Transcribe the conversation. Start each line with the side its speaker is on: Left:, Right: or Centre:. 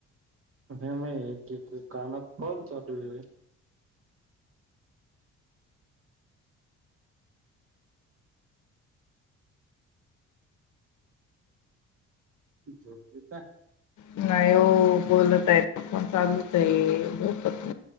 Right: <unintelligible> एक एक कानात फोन चालू ये. झोपली काय?
Left: नाही हो बोलत आहे फोन चालूच ये झोपते ना